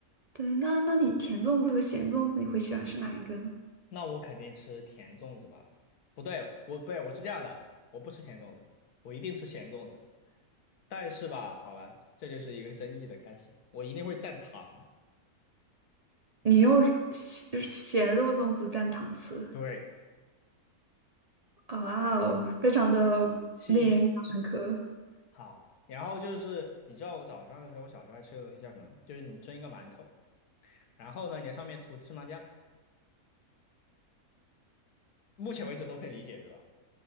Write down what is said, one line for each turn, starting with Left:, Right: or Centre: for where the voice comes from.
Right: 对，那那你甜粽子和咸粽子，你会喜欢吃哪一个呢？
Left: 那我肯定吃甜粽子吧？不对，我不对，我是这样的，我不吃甜粽子，我一定吃咸粽子。但是吧，好了，这就是一个争议的开始，我一定会蘸糖。
Right: 你用咸咸肉粽子蘸糖吃，
Left: 对，
Right: 哦哇哦，非常的令人印象深刻。
Left: 吸引。好，然后就是你知道我早上的时候，我小时候还吃个东西叫什么？就是你蒸一个馒头，然后呢，你在上面涂芝麻酱，目前为止都可以理解，对吧？